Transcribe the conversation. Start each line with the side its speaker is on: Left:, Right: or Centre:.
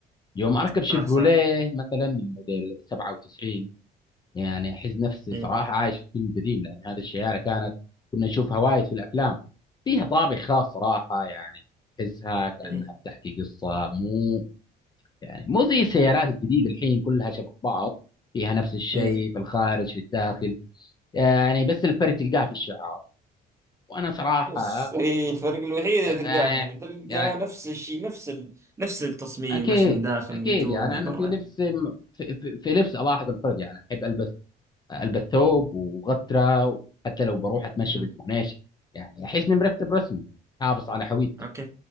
Left: يوم أركب شيفروليه
Right: صح صح
Left: مثلا من موديل 97 يعني احس نفسي
Right: ايه
Left: صراحه عايش في فيلم قديم لان هذه الشوارع كانت كنا نشوفها وايد في الافلام فيها طابع خاص صراحه يعني تحسها كانها
Right: ايه
Left: بتحكي قصه مو يعني مو زي السيارات الجديده الحين كلها شبه بعض فيها نفس الشيء
Right: ايه
Left: في الخارج في الداخل يعني بس الفرق تلقاه في الشعار وانا صراحه
Right: بس إيه الفرق الوحيد
Left: يعني
Right: اللي تلقاه يعني تلقاه
Left: يعني
Right: نفس الشيء نفس ال... نفس التصميم
Left: اكيد
Right: نفس من داخل
Left: اكيد
Right: من جوا
Left: يعني
Right: من
Left: انا
Right: برا
Left: في لبس
Right: يعني
Left: في, في, في لبس الاحظ الفرق يعني احب البس قلب الثوب وغترة وحتى لو بروح اتمشى
Right: أها.
Left: بالكورنيش يعني احس اني مرتب رسمي حافظ على هويتي
Right: اوكي